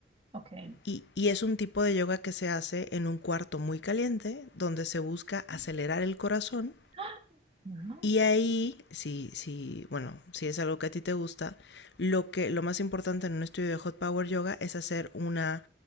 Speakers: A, on the right; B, on the left.
A: ok. <gasps>
B: Y, y, es un tipo de yoga que se hace en un cuarto muy caliente, donde se busca acelerar el corazón.
A: ¡Ah! Wow,
B: Y ahí, si, si, bueno, si es algo que a ti te gusta, lo que, lo más importante en un estudio de Hot Power Yoga es hacer una,